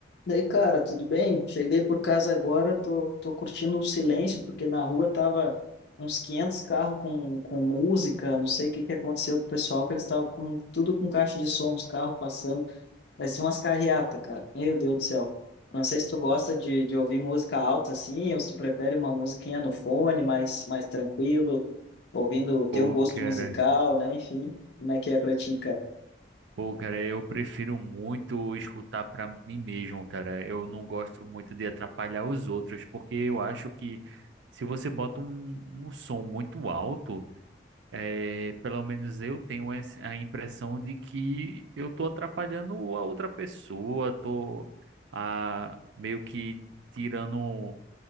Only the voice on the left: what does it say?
Daí, cara, tudo bem? Cheguei por casa agora, tô, tô curtindo o silêncio, porque na rua tava uns 500 carros com, com música, não sei o que que aconteceu com o pessoal, que eles estavam com tudo com caixa de som, os carros passando, parecia umas carreata, cara. Meu Deus do céu. Não sei se tu gosta de, de ouvir música alta assim, ou se tu prefere uma musiquinha no fone, mais, mais tranquilo, ouvindo o teu
gosto
musical, né? Enfim, como é que é pra ti, cara?